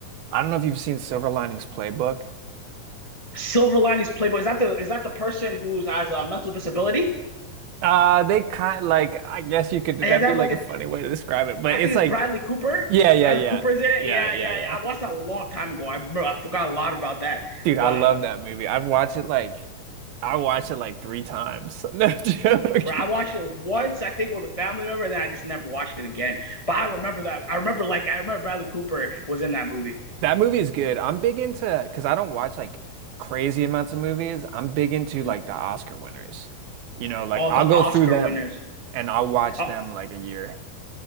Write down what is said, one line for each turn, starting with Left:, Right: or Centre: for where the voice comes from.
Right: I don't know if you've seen Silver Linings Playbook.
Left: Silver Linings Playboy. Is that the is that the person who has a mental disability?
Right: Uh, they kind like I guess you could
Left: Yeah,
Right: that'd
Left: they
Right: be
Left: have
Right: like
Left: like
Right: a
Left: a.
Right: funny way to describe it, but
Left: I
Right: it's
Left: think it's
Right: like
Left: Bradley Cooper.
Right: yeah, yeah,
Left: Bradley
Right: yeah.
Left: Cooper is in it.
Right: Yeah,
Left: Yeah,
Right: yeah,
Left: yeah,
Right: yeah.
Left: yeah. I watched that a long time ago. I bro, I forgot a lot about that,
Right: Dude,
Left: but.
Right: I love that movie. I've watched it like I watched it like three times. <laughs> No joke.
Left: Bro, I watched it once, I think, with a family member, and then I just never watched it again. But I remember that. I remember, like, I remember Bradley Cooper was in that movie.
Right: That movie is good. I'm big into because I don't watch like crazy amounts of movies. I'm big into
Left: Mm.
Right: like the Oscar winners. You know, like
Left: All
Right: I'll
Left: the
Right: go
Left: Oscar
Right: through them
Left: winners.
Right: and I'll watch
Left: Uh,
Right: them like a year.